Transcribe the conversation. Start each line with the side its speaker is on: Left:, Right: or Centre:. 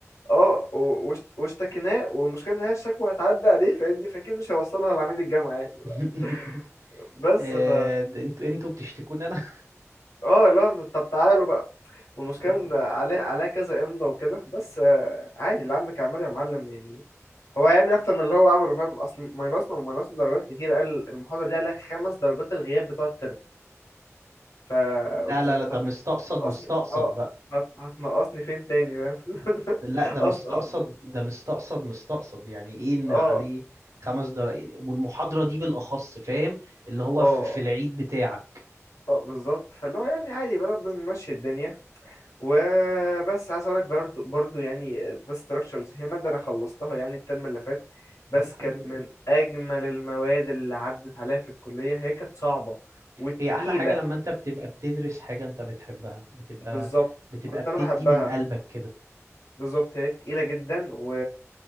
Left: اه و- واشت- واشتكيناه والمشكله ان هي الشكوى هتعدي عليه فاهمني فاكيد مش هيوصلها لعميد الجامعه يعني بقى.
Right: <laughs>
Left: بس
Right: آه،
Left: ف
Right: ده انتوا انتوا بتشتكوني انا
Left: اه لا طب تعالوا بقى والمشكله
Right: اه
Left: ان عليه عليه كذا امضى وكده بس آه، عادي اللي عندك اعمله يا معلم يعني هو هيعمل اكتر من اللي هو عمله فاهم اصل ماينصنا وماينصنا درجات كتير قال المحاضره دي عليها خمس درجات الغياب بتوع الترم ف
Right: لا
Left: which
Right: لا
Left: is انت
Right: لا ده
Left: هت-
Right: مستقصد
Left: هتنقصني
Right: مستقصد
Left: اه
Right: بقى
Left: هت- هتنقصني فين تاني فاهم <laughs>
Right: لا ده
Left: قصدي
Right: مستقصد
Left: قصدي
Right: ده مستقصد مستقصد يعني ايه ان
Left: اه
Right: عليه خمس دقايق والمحاضرة دي بالأخص فاهم اللي هو
Left: اه
Right: في في العيد بتاعك
Left: اه بالظبط فاللي هو يعني عادي بقى بنمشي الدنيا وبس عايز اقولك برضو برضو يعني ده structures هي مادة انا خلصتها يعني الترم اللي فات بس
Right: طب الحمد
Left: كانت
Right: لله
Left: من اجمل المواد اللي عدت عليا في الكلية هي كانت صعبة وتقيلة
Right: هي احلى حاجة لما انت بتبقى بتدرس حاجة انت بتحبها بتبقى
Left: بالظبط
Right: بتبقى
Left: كنت
Right: بتدي
Left: انا بحبها
Right: من قلبك كده
Left: بالظبط هي تقيلة جدا و...